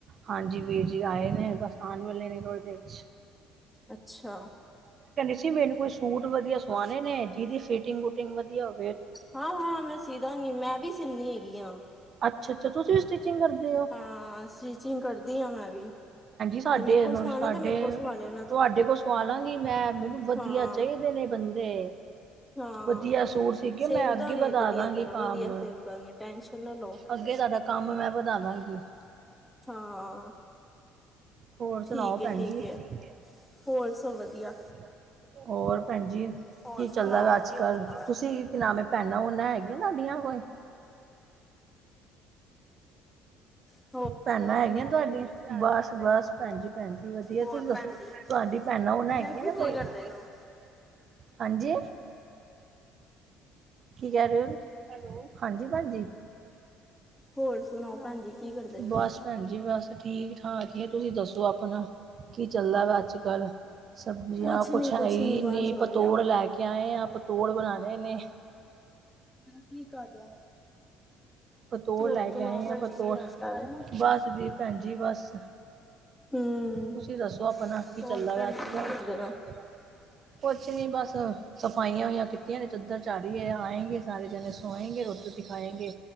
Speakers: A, on the right; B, in the centre.
A: ਹਾਂਜੀ, ਵੀਰ ਜੀ, ਆਏ ਨੇ? ਬਸ ਆਉਣ ਵਾਲੇ ਨੇ ਥੋੜੀ ਦੇਰ ਚ।
B: ਅੱਛਾ।
A: ਤੁਸੀ, ਮੈਨੂੰ ਕੋਈ ਸੂਟ, ਵਧੀਆ ਸਵਾਉਣੇ ਨੇ। ਜਿਹਦੀ ਫਿਟਿੰਗ- ਵੂਟਿੰਗ ਵਧੀਆ ਹੋ।
B: ਹਾਂ- ਹਾਂ, ਮੈਂ, ਸੀਦਾਂਗੀ। ਮੈਂ ਵੀ, ਸੀਨੀ ਹੈਗੀ ਹਾਂ।
A: ਅੱਛਾ- ਅੱਛਾ। ਤੁਸੀ ਵੀ, ਸਟਚਿੰਗ ਕਰਦੇ ਹੋ?
B: ਹਾਂ ਸਟਿਚਿੰਗ ਕਰਦੀ ਹਾਂ ਮੈਂ ਵੀ
A: ਸਾਡੇ
B: ਜੇ ਮੇ ਕੋਲ ਸਵਾਨਾ
A: ਸਾਡੇ
B: ਤੇ, ਮੇਰੇ ਕੋਲ ਸੁਵਾ ਲੈਣ।
A: ਤੁਹਾਡੇ ਕੋਲ ਸਵਾਲਾਂਗੀ ਮੈਂ। ਮੈਨੂੰ, ਵਧੀਆ,
B: ਹਾਂ
A: ਚਾਹੀਦੇ ਨੇ ਬੰਦੇ।
B: ਹਾਂ
A: ਵਧੀਆ ਸੂਟ-
B: ਸੇਬ
A: ਮੈਂ, ਅੱਗੇ
B: ਦਾਂਗੇ
A: ਵਧਾ
B: ਵਧੀਆ
A: ਦਾਂਗੀ
B: ਤਰ੍ਹਾਂ
A: ਕੰਮ।
B: ਵਧੀਆ ਸੇਬ ਦਾਂਗੇ ਟੈਨਸ਼ਨ ਨਾ ਲਓ
A: ਅੱਗੇ ਸਾਡਾ, ਕੰਮ ਮੈਂ ਵਧਾ ਦਾਂਗੀ। ਹ <inaudible>
B: ਹਾਂ।
A: ਹੋਰ ਸੁਣਾਓ,
B: ਠੀਕ ਹੈ
A: ਭੈਣ ਜੀ
B: ਹੈ
A: ਠੀਕ?
B: ਹੋਰ ਸਭ ਵਧੀਆ
A: ਵਧੀਆ-ਵਧੀਆ, ਹੋਰ ਭੈਣ ਜੀ?
B: ਹੋਰ
A: ਕੀ
B: ਸੁਣਾਓ
A: ਚੱਲਦਾ ਵੇ
B: ਕੀ
A: ਅੱਜ ਕੱਲ?
B: ਹੁੰਦਾ ਵੈ
A: ਤੁਸੀਂ, ਕਿ ਨਵੇਂ ਪੈਨਾ- ਪੁਨਾਂ ਹੈਗੀਆਂ, ਤੁਡੀਆਂ ਕੋਈ?
B: ਹੋ ਹੋ <unintelligible>
A: ਭੈਣਾਂ ਹੈਗੀਆਂ ਤੁਹਾਡੀਆਂ? ਬਸ- ਬਸ, ਭੈਣ ਜੀ, ਭੈਣ ਜੀ ਵਧੀਆ।
B: ਹੋਰ
A: ਤੁਸੀਂ ਦੱਸੋ?
B: ਭੈਣ ਜੀ
A: ਤੁਹਾਡੀ ਭੈਣਾਂ- ਹੁਣ ਹੈਗੀਆਂ
B: ਕੀ
A: ਨੇ-
B: ਕਰਦੇ ਪਏ ਹੋ
A: ਹਾਂਜੀ, ਕੀ ਕਹਿ ਰਹੇ ਹੋ? ਹੈਲੋ, ਹਾਂਜੀ। ਹਾਂਜੀ।
B: ਹੋਰ ਸੁਣਾਓ ਭੈਣ ਜੀ ਕੀ ਕਰਦੇ ਪਏ
A: ਬਸ
B: ਹੋ
A: ਭੈਣ ਜੀ, ਬਸ, ਠੀਕ- ਠਾਕ ਹੀ ਆ। ਤੁਸੀਂ ਦੱਸੋ ਆਪਣਾ? ਕੀ ਚੱਲਦਾ ਪੇਆ, ਅੱਜ ਕੱਲ? ਸਬਜ਼ੀਆਂ
B: ਕੁਛ
A: ਕੁੱਛ
B: ਨੀ ਕੁਛ
A: ਹੈ ਹੀ
B: ਬਸ
A: ਨੀ।
B: ਵਧੀਆ
A: ਪਤੋੜ ਲੈ ਕੇ ਆਏ ਆਂ। ਪਤੋੜ, ਬਣਾਉਣੇ ਨੇ।
B: ਕੀ ਕਰ ਰਿਹਾ?
A: ਪਤੋੜ
B: ਹੋਰ
A: ਲੈ ਕੇ
B: ਸੁਣਾਓ
A: ਆਏ
B: ਭੈਣ
A: ਆ। ਪਤੋੜ,
B: ਜੀ ਚਾਲ ਹੈ
A: ਬਸ ਜੀ, ਭੈਣ ਜੀ ਬਸ।
B: ਹਮ
A: ਤੁਸੀਂ ਦੱਸੋ, ਆਪਣਾ, ਕੀ
B: ਹੋਰ
A: ਚੱਲਦਾ
B: ਭੈਣ
A: ਪੇਆ ਹੈ, ਅੱਜ
B: ਜੀ ਕੀ
A: ਕੱਲ?
B: ਕਰਦੇ ਪਏ ਹੋ
A: ਕੁਛ ਨੀ, ਬਸ। ਸਫ਼ਾਈਆਂ ਔਈਆਂ ਕੀਤੀਆਂ ਨੇ। ਚਾਦਰ ਚਾੜੀ ਏ, ਆਏਂਗੇ ਸਾਰੇ ਜਣੇ, ਸੋਏਗੇ ਰੋਟੀ- ਰੁਟੀ ਖਾਏਂਗੇ।